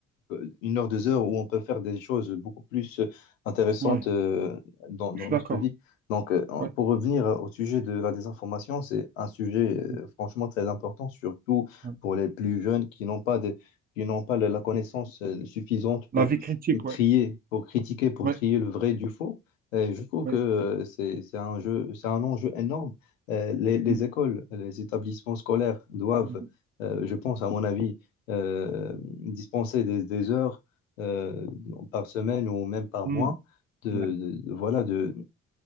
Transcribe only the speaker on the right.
ouais,
je suis
d'accord.
Ouais,
mm,
ouais.
La
vie critique, ouais,
ouais,
ouais.
mm,
mm,
mm,
ouais,